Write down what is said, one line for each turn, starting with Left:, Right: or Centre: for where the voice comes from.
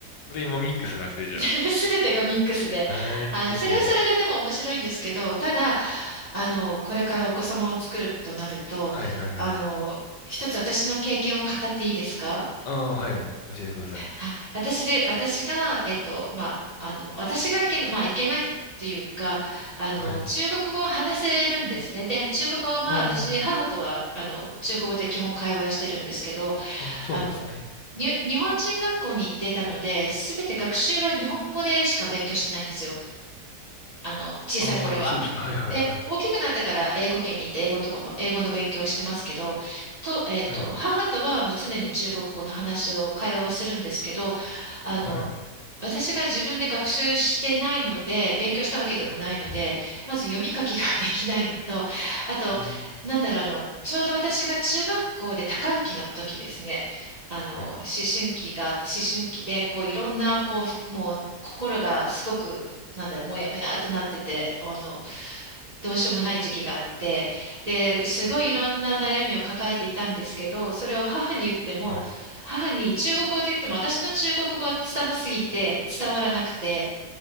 Left: これ今ミックスなんですね、じゃ
Right: <laughs> すべてがミックスで、
Left: あ。なるほど。
Right: あー、それはそれででも面白いんですけど、ただ、あの、これからお子様を作るとなると、
Left: はいはいはい。
Right: あの、一つ私の経験を語っていいですか
Left: ああ、はい、お教えてください。
Right: はい、私で、私が、えっと、まあ、あの、私がいけな、まあ、いけないっていうか、あの、
Left: はい。
Right: 中国語は話せるんですね。で、中国語は私、
Left: あ
Right: 母とは、あの、中国語で基本会話をしてるんですけど、
Left: あ、あ、そうなんですね。
Right: あの、に、日本人学校に行っていたので、すべて学習は日本語でしか勉強してないんですよ。
Left: はい。
Right: あの、小さい頃は。
Left: ああ、そうですね。はいはいはい。
Right: で、大きくなってから英語圏に行って、英語とかも、英語の勉強をしてますけど、と、えっと、
Left: はい。
Right: 母とはもう常に中国語の話を、会話をするんですけど、あの、
Left: はい。
Right: 私が自分で学習してないので、勉強したわけでもないので、
Left: うんうん。
Right: まず読み書きができないのと、あと、
Left: うーん
Right: なんだろう、あの、ちょうど私が中学校で多感期の時ですね、あの、
Left: はい。
Right: 思春期が、思春期で、こう、いろんな、こう、もう、心がすごく、なんだろう、もやもやっとなってて、あの、どうしようもない時期があって、で、すごいいろんな悩みを抱えていたんですけど、
Left: うんうん
Right: それを母に言っても、
Left: はい。
Right: 母に中国語で言っても私の中国語が拙すぎて伝わらなくて。